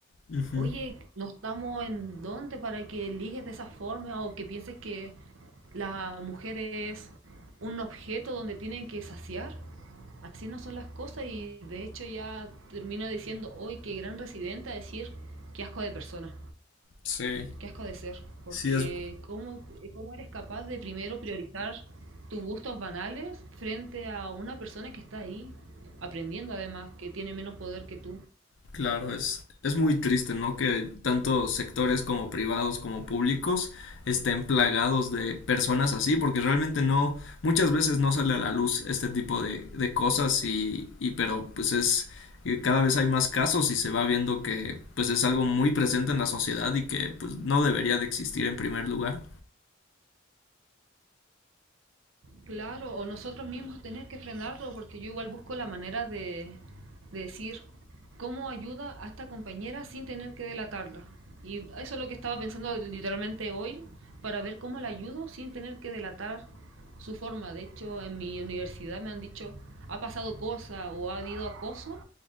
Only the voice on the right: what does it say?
Oye, no estamos en dónde para que ligues de esa forma o que pienses que la mujer es un objeto donde tienen que saciar. Así no son las cosas y de hecho ya termino diciendo hoy que gran residente a decir qué asco de persona,
qué asco de ser, porque
¿cómo, cómo eres capaz de primero priorizar tus gustos banales frente a una persona que está ahí aprendiendo además, que tiene menos poder que tú,
Claro, o nosotros mismos tener que frenarlo, porque yo igual busco la manera de, de decir cómo ayuda a esta compañera sin tener que delatarla. Y eso es lo que estaba pensando literalmente hoy, para ver cómo la ayudo sin tener que delatar su forma. De hecho, en mi universidad me han dicho, ha pasado cosa o ha habido acoso,